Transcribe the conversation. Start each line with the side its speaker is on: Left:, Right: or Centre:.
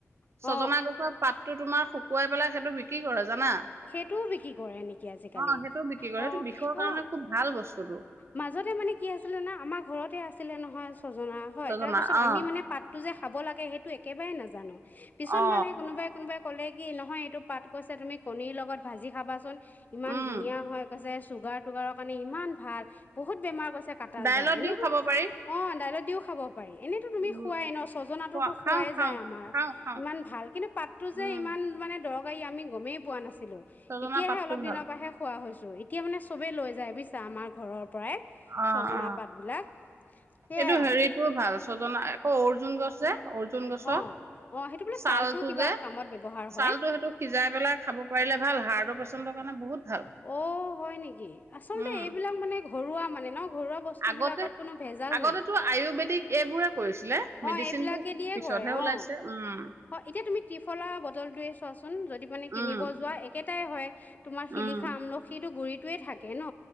Left: অ
Right: ছজনা গছৰ পাত। তো তোমাৰ শুকুৱাই পেলাই সেইটো বিক্ৰী কৰে। জানা
Left: সেইটোও বিক্ৰী কৰে নেকি আজিকালি?
Right: অ সেইটো বিক্ৰী কৰে
Left: অ'
Right: সেইটো বিষৰ কাৰণে
Left: অ',
Right: খুব ভাল বস্তুটো
Left: মাজতে মানে কি আছিলে না আমাৰ ঘৰতে আছিলে নহয়। ছজনা। হয়,
Right: ছজনা
Left: তাৰপিছত
Right: অ
Left: আমি মানে পাতটো যে, খাব লাগে, সেইটো একেবাৰে নাজানো। পিছত
Right: অ
Left: মানে কোনোবাই কোনোবাই ক'লে কি নহয়, এইটো পাত কৈছা তুমি। কণীৰ লগত ভাজি খাবাচোন। ইমান
Right: উম
Left: ধুনীয়া হৈ কৈছে। ছুগাৰ-টুগাৰৰ কাৰণে ইমান ভাল। বহুত বেমাৰ কৈছে কাটা
Right: দাইলত
Left: যায়। এনেকৈ--অ
Right: দিও খাব পাৰি
Left: ডাইৰেক্ট দিওঁ খাব পাৰি। এনেতো তুমি
Right: উম
Left: খোৱাই ন ছজনাটোতো
Right: খোৱা
Left: খোৱাই
Right: খাও খাও
Left: যায় আমাৰ।
Right: খাও খাও
Left: ইমান ভাল, কিন্তু পাততো
Right: উম
Left: যে ইমান মানে দৰৱ আমি গমেই পোৱা নাছিল ছিলো।
Right: ছজনা
Left: এতিয়াহে
Right: পাতটো
Left: অলপ
Right: ভাল
Left: দিনৰ পৰাহে খোৱা হৈছে। এতিয়া মানে চবে লৈ যায় বুজিছা আমাৰ ঘৰৰ পৰাই,
Right: অ
Left: ছজনা
Right: অ
Left: পাত বিলাক। সেইয়াই
Right: এইটো
Left: আৰু
Right: হেৰিটো ভাল ছজনা আকৌ অৰ্জুন গছ যে অৰ্জুন গছৰ
Left: অ অ সেইটো বোলে
Right: ছালটো
Left: কিবা
Right: যে,
Left: কামত ব্যৱহাৰ
Right: ছালটো
Left: হয়
Right: সেইটো সিজাই পেলাই খাব পাৰিলে ভাল হাৰ্টৰপেচে চেন্টৰ কাৰনে বহুত ভাল
Left: অ হয় নেকি? আচলতে
Right: উম
Left: এইবিলাক মানে ঘৰুৱা মানে ন? ঘৰুৱা বস্তু
Right: আগতে
Left: বিলাকত কোনো ভেজাল
Right: আগতেটো
Left: নাই
Right: আয়ুৰ্বেদিক এইবোৰে কৰিছিলে
Left: অ
Right: মেডিচিনটো
Left: এইবিলাকে দিয়ে
Right: পিছতহে
Left: কৰে
Right: ওলাইছে
Left: অ।
Right: উম
Left: এতিয়া তুমি ত্ৰিফলা বটলটোয়ে চোৱাচোন যদি মানে কিনিব
Right: উম
Left: যোৱা একে তোমাৰ শিলিখা,
Right: উম
Left: আমলখিটো গুৰিত টোৱো থাক কে ন,